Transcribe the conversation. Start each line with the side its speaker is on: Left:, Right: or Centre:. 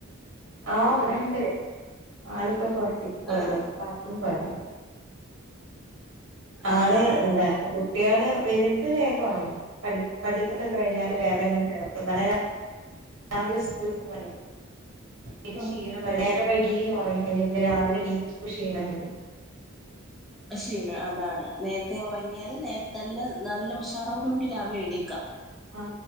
Right: ആഹ് ഇവിടെണ്ട് ആളിപ്പോ പൊറത്തേക്ക് പോയത
Centre: ആഹ്
Right: ബാത്ത്റൂം പോയതാ
Centre: ആഹ്
Right: ആള്
Centre: ആഹ് ആഹ്
Right: എന്താ കുട്ടികള് വലുത് വേഗം ഉറങ്ങും പഠി പഠിപ്പൊക്കെ കഴിഞ്ഞാല് വേഗം ഞാൻ കിടത്തും അങ്ങനെ രാവിലെ സ്കൂളിൽ പോവാലോ പിന്നെ
Centre: ആഹ്
Right: ക്ഷീണം വരും നേരം വഴുകി ഉറങ്ങി പിന്നെ രാവിലെ എണീക്കുമ്പോ ക്ഷീണം വരും
Centre: ക്ഷീണം അതാണ് നേരത്തെ ഉറങ്ങിയാല് നേരത്തെ നല്ല നല്ല ഉഷാറോട് കൂടി രാവിലെ എണീക്കാം ണിക്ക
Right: ആ